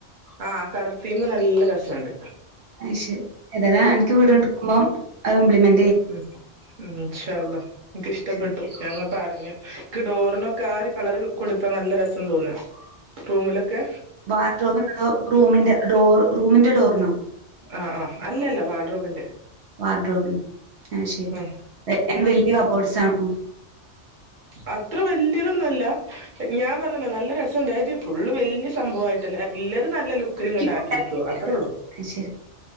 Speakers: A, on the right; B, on the right.
A: ആഹ്, കളർ തീമും നല്ല രസോണ്ട്.
B: അത് ശരി. ഏതനാ എനിക്ക് വീട് എടുക്കുമ്പം അത് ഇപ്ലിമെ
A: ഉം, ഉം, ഇൻഷാ അള്ളാ. ഇൻക്കിഷ്ടപ്പെട്ടു.
B: ഇൻഷാ അള്ളാ.
A: ഞാൻ ഇങ്ങ പറഞ്ഞു. ൻക്ക് ഡോർനൊക്ക, ആഹ്, ഒരു കളർ കൊടുത്താ നല്ല രസം തോന്നാ. റൂമിലൊക്കെ
B: വാഡ്രോബിനോ? അതോ? റൂമിന്റെ ഡോർ റൂമിന്റെ ഡോറിനോ?
A: ആഹ്, ആഹ്, അല്ല, ല്ല വാഡ്രോബിന്റെ.
B: വാർഡ്രോബിൻ അതു ശരി.
A: ഉം
B: <unintelligible> വല്യ കബോർഡ്സ് ആണോ?
A: അത്ര വല്യതൊന്നു അല്ല. ഞാൻ പറഞ്ഞില്ലേ? നല്ല ര സണ്ടായത്. ഫുള്ള് വല്യ സംഭവായിട്ടല്ല. ല്ലത് നല്ല ലു ലുക്ക്ല്ങ്ങട്ട്
B: ക്യൂട്ടായിട്ട്
A: ആക്കിട്ത്തു. അത്ര ഒള്ളു?
B: അത് ശരി.